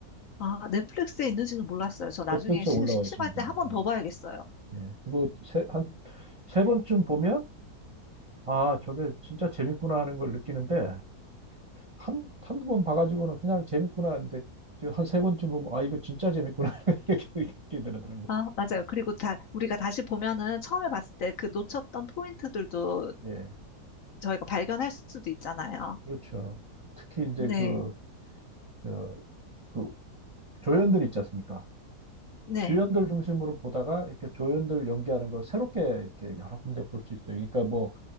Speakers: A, on the left; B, on the right.
A: 아, 넷플릭스에 있는지는 몰랐어요. 저 나중에
B: 넷플릭스에
A: 심-
B: 올라와
A: 심심할
B: 있습니다.
A: 때
B: 음.
A: 한 번 더 봐야겠어요.
B: 예, 그거 세, 한 세 번쯤 보면 아 저게 진짜 재밌구나 하는 걸 느끼는데 한, 한두 번 봐가지고는 그냥 재밌구나 하는데 한 세 번쯤 보면 아 이거 진짜 재밌구나 <laughs> 이렇게 느끼게 되더라고.
A: 아, 맞아요. 그리고 다, 우리가 다시 보면은 처음에 봤을 때 그 놓쳤던 포인트들도
B: 예,
A: 저희가 발견할 수도 있잖아요.
B: 그렇죠. 특히 이제
A: 네,
B: 그, 저, 그 조연들 있지 않습니까?
A: 네,
B: 주연들 중심으로 보다가 이렇게 조연들 연기하는 걸 새롭게 이렇게 여러 군데 볼 수 있어요. 그러니까 뭐,